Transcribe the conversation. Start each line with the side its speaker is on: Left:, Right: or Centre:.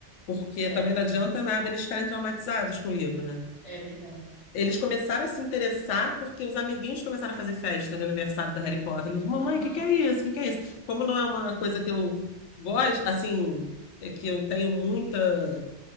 Left: porque
Right: É,
Left: também não adianta nada eles ficarem traumatizados com o livro, né?
Right: é verdade.
Left: Eles começaram a se interessar porque os amiguinhos começaram a fazer festa do aniversário da Harry Potter. Eles, mamãe,
Right: Aham.
Left: o que que é isso? O que que é isso? Como não é uma coisa que eu gosto, assim, é que eu tenho muita,